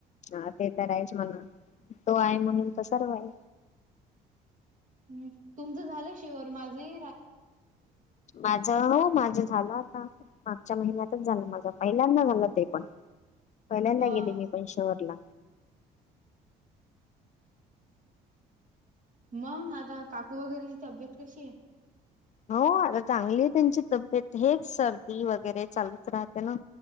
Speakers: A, on the left (about 45°); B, on the right (about 50°).
A: हा ते तर आहेच म्हणा, तो आहे म्हणून तर सर्व आहे.
B: ह् तुमचं झालं शिवर, माझही
A: माझ, हो माझं झालं आता. मागच्या महिन्यातच झालं माझं, पहिल्यांदा झालं ते पण. पहिल्यांदा
B: हा
A: गेली मी कोण शिवोरला.
B: मग, आता काकू वगैरेची तब्येत कशी आहे?
A: हो आता चांगली आहे त्यांची तब्येत. हेच सर्दी वगैरे चालूच राहते ना.